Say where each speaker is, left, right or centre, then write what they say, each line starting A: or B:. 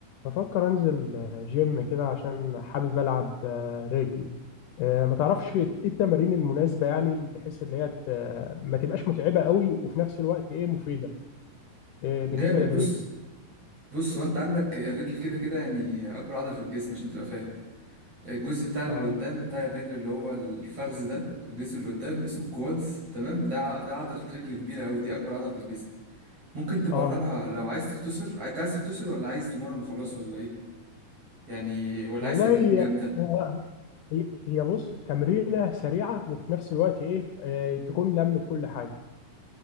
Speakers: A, on the left; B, on the right.
A: بفكر انزل آه، جيم كده عشان حابب العب آه، رجل آه، ما تعرفش ايه التمارين المناسبه يعني بحيث اللي هي ت- آه، ما تبقاش متعبه قوي وفي نفس الوقت ايه مفيده آه، بالنسبه
B: جامد
A: للرجل
B: بص بص هو انت عندك الرجل كده كده يعني اكبر عضله في الجسم عشان تبقى فاهم الجزء بتاع اللي
A: اه
B: قدام بتاع الرجل اللي هو الفخذ ده الجزء اللي قدام اسمه كوادز تمام ده ع- ده عضله رجل كبيره قوي دي اكبر عضله في الجسم ممكن تمرنها
A: اه
B: لو عايز تختصر انت عايز تختصر ولا عايز تمرن وخلاص ولا ايه يعني ولا
A: والله
B: عايز تمارين جامده
A: هو هي هي بص تمرينه سريعه وفي نفس الوقت ايه آه، تكون لمت كل حاجه